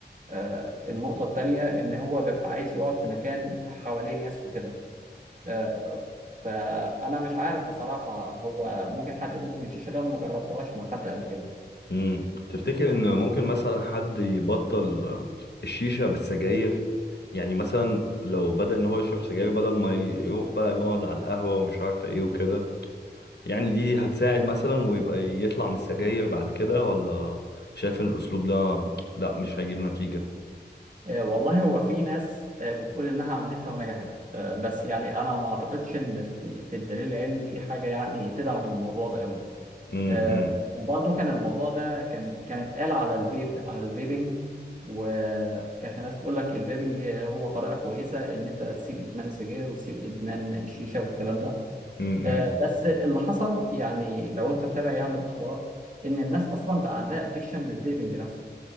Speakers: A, on the right (about 45°); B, on the left (about 70°).
A: آه، النقطه التانيه ان هو بيبقى عايز يقعد في مكان حواليه ناس وكده آه، فانا مش عارف بصراحه هو ممكن حد يموت من الشيشه ده انا ما جربتهاش مع حد قبل كده
B: امم تفتكر ان ممكن مثلا حد يبطل الشيشة بالسجاير يعني مثلا لو بدأ ان هو يشرب سجاير بدل ما يروح بقى يقعد على القهوة ومش عارفة ايه وكده يعني دي هتساعد مثلا ويبقى يطلع من السجاير بعد كده ولا شايف ان الاسلوب ده لا مش هيجيب نتيجة
A: آه، والله هو في ناس آه، بتقول انها عملتها ونجحت آه، بس يعني انا ما اعتقدش ان في في الدليل العلمي في حاجه يعني تدعم الموضوع ده قوي
B: امم
A: آه، وبرضه كان الموضوع ده كان كان اتقال على الفيب على الفيبنج وكانت الناس بتقول لك الفيبنج هو طريقه كويسه ان انت تسيب ادمان السجاير وتسيب ادمان الشيشه والكلام ده
B: امم
A: آه، بس اللي حصل يعني لو انت متابع يعني الاخبار ان الناس اصلا بقى عندها ادكشن للفيبنج نفسه